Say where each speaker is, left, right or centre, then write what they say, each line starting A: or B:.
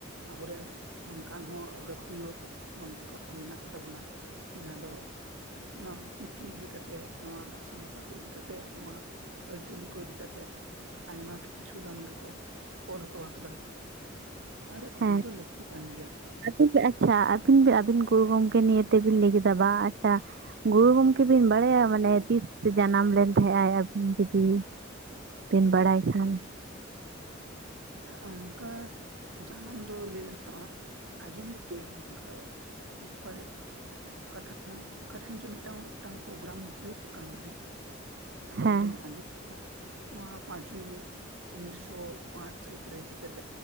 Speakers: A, on the right (about 85°); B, on the right (about 55°).
A: ᱟᱵᱚᱨᱮᱱ ᱱᱚᱝᱠᱟᱱ ᱦᱚᱸ ᱜᱟᱹᱠᱷᱩᱲᱤᱭᱟᱹ ᱜᱚᱝᱠᱮ ᱠᱚ ᱢᱮᱱᱟᱜ ᱠᱚᱛᱟᱵᱚᱱᱟ᱾ ᱡᱟᱦᱟᱸ ᱫᱚ ᱱᱚᱣᱟ ᱪᱤᱠᱤ ᱤᱫᱤ ᱠᱟᱛᱮᱜ, ᱱᱚᱣᱟ ᱥᱟᱶᱛᱟ ᱠᱚ ᱤᱫᱤ ᱠᱟᱛᱮᱜ, ᱱᱚᱣᱟ ᱪᱟᱹᱞᱤ ᱠᱚ ᱤᱫᱤ ᱠᱟᱛᱮᱜ ᱟᱭᱢᱟ ᱠᱤᱪᱷᱩ ᱜᱟᱱ ᱜᱮᱠᱚ ᱚᱞ ᱦᱚᱴᱚ ᱟᱠᱟᱫᱟ᱾ ᱟᱨ
B: ᱦᱮᱸ
A: ᱱᱚᱣᱟ ᱫᱚ ᱞᱟᱹᱠᱛᱤ ᱠᱟᱱ ᱜᱮᱭᱟ᱾
B: ᱟᱹᱵᱤᱱ ᱟᱪᱪᱷᱟ ᱟᱹᱵᱤᱱ ᱟᱹᱵᱤᱱ ᱜᱩᱨᱩ ᱜᱚᱢᱠᱮ ᱱᱤᱭᱟᱹ ᱛᱮᱵᱤᱱ ᱞᱟᱹᱭ ᱠᱮᱫᱟ ᱵᱟᱝ ᱟᱪᱪᱷᱟ ᱜᱩᱨᱩ ᱜᱚᱢᱠᱮ ᱵᱤᱱ ᱵᱟᱲᱟᱭᱟ ᱢᱟᱱᱮ ᱛᱤᱥ ᱡᱟᱱᱟᱢ ᱞᱮᱱ ᱛᱟᱦᱮᱸᱜ ᱟᱭ? ᱡᱩᱫᱤ ᱵᱮᱱ ᱵᱟᱲᱟᱭ ᱠᱷᱟᱱ?
A: ᱚᱱᱠᱟ ᱡᱟᱱᱟᱢ ᱫᱚ ᱞᱟᱹᱭ ᱜᱟᱱᱚᱜ-ᱟ ᱟᱡᱚᱢ ᱞᱤᱫᱟᱹᱧ ᱱᱚᱝᱠᱟ ᱠᱚᱨᱮ ᱚᱠᱟ ᱚᱠᱟᱴᱷᱮᱱ ᱪᱚ ᱢᱤᱫᱴᱟᱝ ᱢᱤᱫᱴᱟᱝ ᱯᱨᱳᱜᱨᱟᱢ ᱦᱩᱭᱩᱜ ᱠᱟᱱ ᱛᱟᱦᱮᱸᱫ, ᱟᱫᱚ
B: ᱦᱮᱸ
A: ᱚᱰᱮᱧ ᱟᱸᱡᱚᱢ ᱮᱫᱟ ᱱᱚᱣᱟ ᱯᱟᱸᱪᱚᱭ ᱢᱮ ᱩᱱᱤᱥᱥᱚ ᱯᱟᱸᱪ ᱥᱟᱭᱤᱛ ᱨᱮ ᱥᱮᱪᱮᱛ